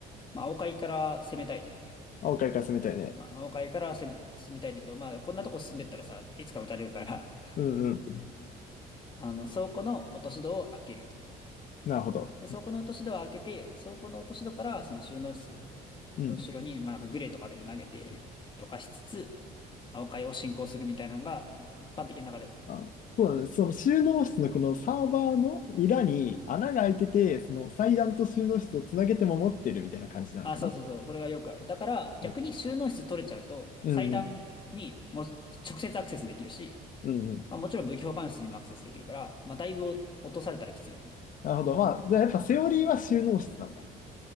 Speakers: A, on the left; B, on the left.
A: まあ、青階から攻めたいじゃん。
B: 青階から攻めたいね。
A: まあ、青階から攻め、進みたいんだけど、まあ、こんなとこ進んでったらさ、いつか撃たれるから、
B: うんうん。
A: <laughs> あの、倉庫の落とし戸を開けると。
B: なるほど。
A: で、倉庫の落とし戸を開けて、倉庫の落とし戸から、その収納室
B: うん。
A: の後ろに、まあ、なんかグレーとかでも投げて、とかしつつ、青階を進行するみたいなのが、なんか一般的な流れ。
B: あ、そうなんです。その収納室のこのサーバーの裏に穴が開いてて、その祭壇と収納室をつなげて守ってるみたいな感じなのかな。
A: あ、そうそうそう。これはよくある。だから、逆に収納室取れちゃうと、
B: うんうんうん。
A: 祭壇にもう直接アクセスできるし、
B: うんうん。
A: まあ、もちろん武器保管室にもアクセスできるから、まあ、だいぶ落とされたらきついよね。
B: なるほど。まあ、じゃあやっぱセオリーは収納室なんだ。